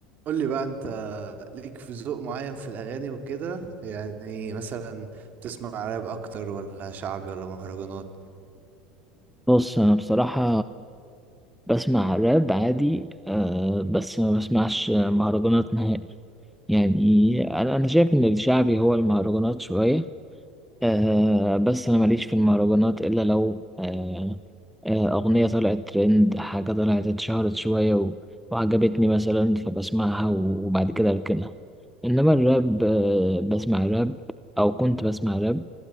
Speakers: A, on the right; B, in the centre.
A: قول لي بقى انت ليك في ذوق معين في الاغاني وكده يعني مثلا بتسمع راب اكتر ولا شعبي ولا مهرجانات
B: بص انا بصراحة بسمع راب عادي أه بس ما بسمعش مهرجانات نهائي يعني انا انا شايف ان الشعبي هو المهرجانات شوية آه بس أنا ماليش في المهرجانات إلا لو آه آه أغنية طلعت ترند حاجة طلعت اتشهرت شوية و- وعجبتني مثلا فبسمعها وبعد كده أركنها إنما الراب آه بسمع راب أو كنت بسمع راب